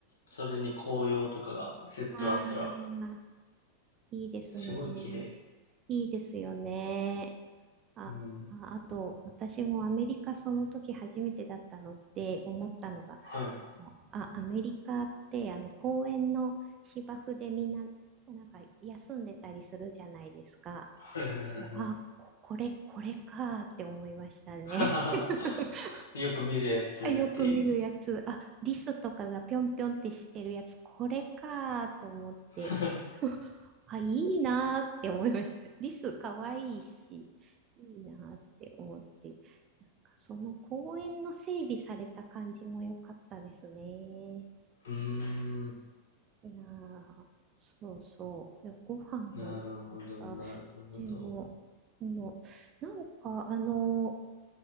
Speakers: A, on the left (about 65°); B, on the right (about 30°).
A: それに紅葉とかがセットあったら、
B: ああ、いいですね。
A: すごい綺麗。
B: いいですよね。あ、
A: うん。
B: あ、あと、私もアメリカその時初めてだったので思ったのが、
A: はい。
B: あ、アメリカってあの公園の芝生でみんな、なんか休んでたりするじゃないですか。
A: はいはいはい
B: いやあ、こ、これ、これかーって思いましたね。
A: は
B: <laughs>
A: い。<laughs> よく見るやつっていう。
B: あ、よく見るやつ。あ、リスとかがぴょんぴょんってしてるやつ、これかーって思って。
A: <laughs>
B: <laughs> あ、いいなーって思いました。リスかわいいし、いいなーって思って。なんかその公園の整備された感じも良かったですね。
A: うーん。
B: いやー、そうそう。でご飯も良かった。
A: なるほど、なるほど。
B: でも、あの、なんか、あの、